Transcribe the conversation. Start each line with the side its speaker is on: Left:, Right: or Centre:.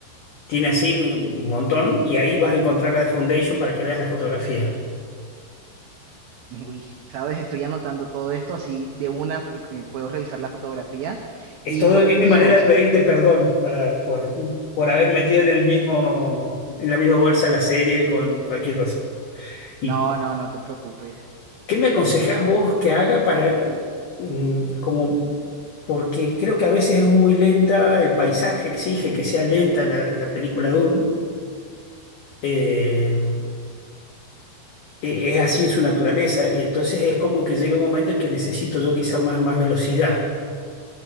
Left: Tiene así un montón y ahí vas a encontrar la de Foundation para que veas la fotografía.
Right: Uy, sabes, estoy anotando todo esto así de una re- eh, puedo revisar la fotografía
Left: Es
Right: y
Left: todo,
Right: lo
Left: es
Right: que te
Left: mi
Right: digo,
Left: manera
Right: o
Left: de
Right: sea,
Left: pedirte perdón para, por, por haber metido en el mismo, en la misma bolsa la serie con cualquier cosa. ¿Y
Right: no, no, no te preocupes.
Left: qué me aconsejás vos que haga para, mm, como porque creo que a veces es muy lenta, el paisaje exige que sea lenta la, la película Dune, Eh, e- es así en su naturaleza. Y entonces es como que llega un momento en que necesito yo quizás más, más velocidad.